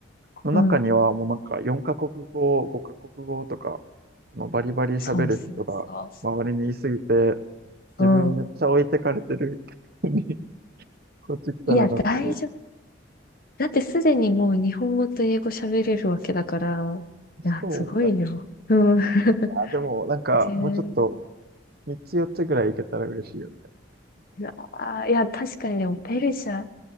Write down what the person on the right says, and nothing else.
の中にはもうなんか4カ国語、
5カ国語とか、あのバリバリ喋る人が周りにいすぎて、
自分めっちゃ置いてかれてる
<laughs> に、こっち来たらなっちゃう。
そうだね。
あ、でもなんかもうちょっと
3つ4つぐらいいけたら嬉しいよ